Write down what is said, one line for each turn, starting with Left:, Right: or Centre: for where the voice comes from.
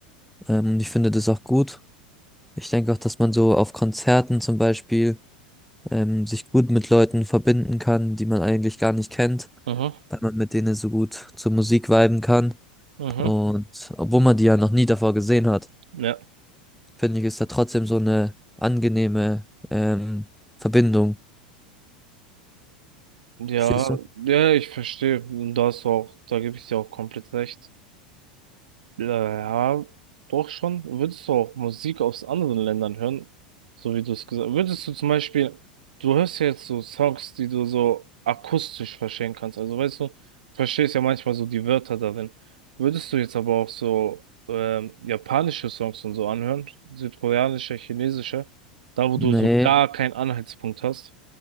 Centre: Ähm, und ich finde das auch gut. Ich denke auch, dass man so auf Konzerten zum Beispiel ähm, sich gut mit Leuten verbinden kann, die man eigentlich gar nicht kennt,
Right: mhm,
Centre: weil man mit denen so gut zur Musik viben kann.
Right: mhm.
Centre: Und obwohl man die ja noch nie davor gesehen hat,
Right: Ja.
Centre: finde ich, ist da trotzdem so eine angenehme ähm, Verbindung.
Right: Ja,
Centre: Verstehst du?
Right: ja, ich verstehe. Und da hast du auch, da gebe ich dir auch komplett recht. Ja, ja, doch schon. Würdest du auch Musik aus anderen Ländern hören? So wie du es gesagt hast. Würdest du zum Beispiel, du hörst ja jetzt so Songs, die du so akustisch verstehen kannst. Also weißt du, verstehst ja manchmal so die Wörter darin. Würdest du jetzt aber auch so ähm, japanische Songs und so anhören? Südkoreanische, chinesische? Da, wo
Centre: Nee.
Right: du so gar keinen Anhaltspunkt hast.